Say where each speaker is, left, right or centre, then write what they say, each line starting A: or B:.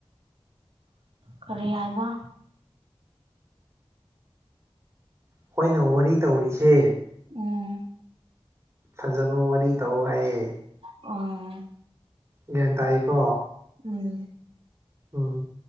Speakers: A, on the right; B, on the right.
A: ꯀꯔꯤ ꯍꯥꯏꯕ
B: ꯈꯣꯏꯅ ꯋꯥꯔꯤ ꯇꯧꯔꯤꯖꯦ
A: ꯎꯝ
B: ꯐꯖꯕ ꯋꯥꯔꯤ ꯇꯧ ꯍꯥꯏꯌꯦ
A: ꯑꯣ
B: ꯒ꯭ꯌꯥꯟ ꯇꯥꯏꯌꯦꯀꯣ
A: ꯎꯝ
B: ꯎꯝ